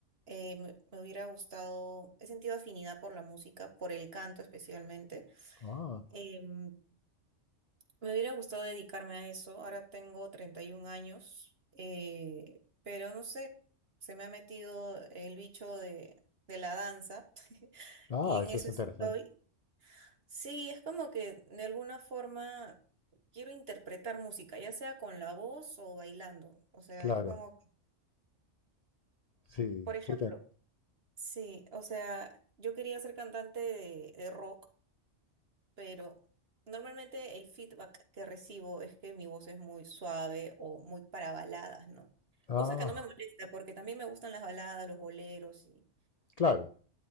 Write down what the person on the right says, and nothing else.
eh, me, me hubiera gustado, he sentido afinidad por la música, por el canto especialmente.
Em, me hubiera gustado dedicarme a eso. Ahora tengo 31 años, eh, pero no sé, se me ha metido el bicho de, de la danza <laughs>
y en
eso
estoy. Sí, es como que de alguna forma quiero interpretar música, ya sea con la voz o bailando. O sea,
es como
Por ejemplo,
sí, o sea, yo quería ser cantante de, de rock, pero normalmente el feedback que recibo es que mi voz es muy suave o muy para baladas, ¿no?
Cosa que no me molesta porque también me gustan las baladas, los boleros y